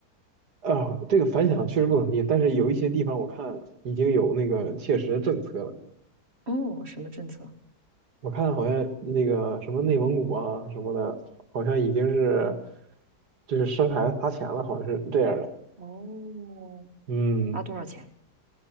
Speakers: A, on the right; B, on the right.
A: 啊，这个反响确实不怎么地，但是有一些地方我看已经有那个切实的政策了，
B: 哦，什么政策？
A: 我看好像那个什么内蒙古啊什么的，好像已经是就是生孩子砸钱了，好像是这样的。
B: 哦，
A: 嗯，
B: 发多少钱？